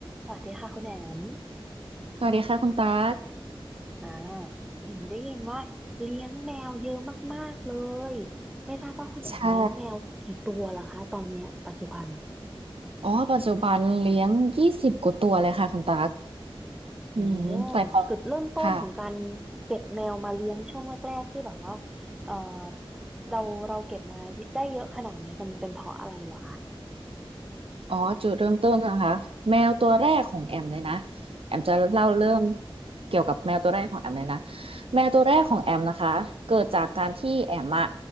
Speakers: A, in the centre; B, on the right.
A: สวัสดีค่ะคุณแอม
B: สวัสดีค่ะคุณตั๊ก
A: อ่าเห็นได้ยินว่าเลี้ยงแมวเยอะมากๆเลย ไม่ทราบว่าคุณแอมเลี้ยงแมวกี่ตัวล่ะคะตอนเนี้ยปัจจุบัน
B: ใช่อ๋อปัจจุบันเลี้ยงยี่สิบกว่าตัวเลยค่ะคุณตั๊ก
A: โอ้
B: อืมแต่ของ
A: จุดเริ่มต้นของการ
B: ค่ะ
A: เก็บแมวมาเลี้ยงช่วงแรกๆที่แบบว่าเออเราเราเก็บมาได้เยอะขนาดเนี้ยมันเป็นเพราะอะไรเหรอคะ
B: อ๋อจุดเริ่มต้นนะคะแมวตัวแรกของแอมเลยนะแอมจะเล่าเริ่มเกี่ยวกับแมวตัวแรกของแอมเลยนะแมวตัวแรกของแอมนะคะเกิดจากการที่แอมอะ